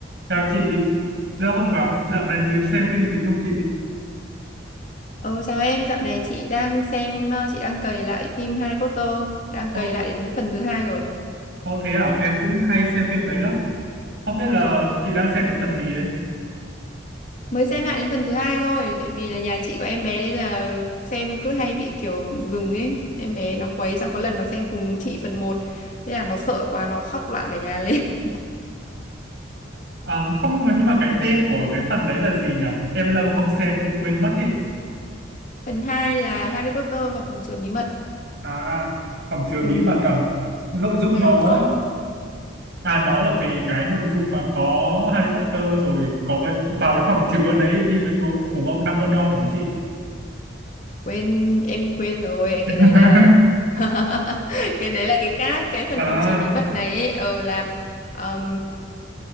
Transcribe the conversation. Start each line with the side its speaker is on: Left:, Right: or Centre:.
Right: Chào chị, lâu không gặp, dạo này chị xem phim gì không chị?
Left: Ờ, chào em, dạo này chị đang xem, ờ, chị đang cày lại phim Harry Potter, đang cày
Right: Ô,
Left: lại đến phần thứ hai rồi.
Right: ô thế à, em cũng hay xem phim đấy lắm. Không biết là chị đang xem cái phần gì ấy.
Left: Mới xem lại đến phần thứ hai thôi, tại vì là nhà chị có em bé nên là xem cứ hay bị kiểu dừng ấy. Em bé nó quấy xong có lần nó xem cùng chị phần một thế là nó sợ quá, nó khóc loạn cả nhà lên. <laughs>
Right: À, không, nhưng mà cái tên của cái phần đấy là gì nhỉ? Em lâu không xem cũng quên mất ý.
Left: Phần 2 là Harry Potter và phòng chứa bí mật.
Right: À, hầm chứa bí
Left: Ừ,
Right: mật à? Nội dung
Left: ừ,
Right: nó,
Left: con
Right: à nó là về cái nội dung mà có Harry Potter rồi có cái vào cái phòng chứa đấy đi với cô- cùng ông Dumbledore phải không chị?
Left: quên, em quên rồi,
Right: <laughs>
Left: cái đấy là... <laughs> cái đấy là cái khác, cái phần
Right: À,
Left: phòng chứa bí mật này ấy, ờ, là... Ờm,